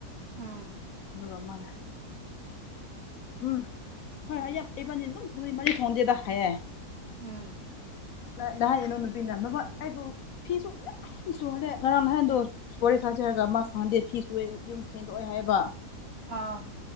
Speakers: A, on the right; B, on the left.
A: ꯎꯝ
B: ꯑꯗꯨꯒ ꯑꯃꯅ ꯎꯝ ꯍꯣꯏ ꯍ ꯌꯥꯝ ꯑꯩ ꯄꯅꯤ ꯑꯗꯨꯝ ꯊꯣꯡꯗꯤ ꯃꯅꯤ ꯊꯣꯡꯗꯦꯗ ꯍꯥꯏꯌꯦꯦ
A: ꯎꯝ
B: ꯑꯗꯣ ꯉꯅꯣ ꯅꯨꯄꯤꯅ ꯑꯩꯕꯨ ꯐꯤꯁꯨ ꯏꯁꯨ ꯍꯂꯦꯛ ꯉꯔꯥꯡ ꯅꯍꯥꯟꯗꯣ ꯋꯥꯔꯤ ꯁꯥꯖꯔꯒ ꯃꯥ ꯁꯪꯗꯦ ꯐꯤ ꯁ ꯌꯨꯝ ꯁꯦꯡꯗꯣꯛꯑꯣꯦ ꯍꯥꯏꯕ
A: ꯑꯥ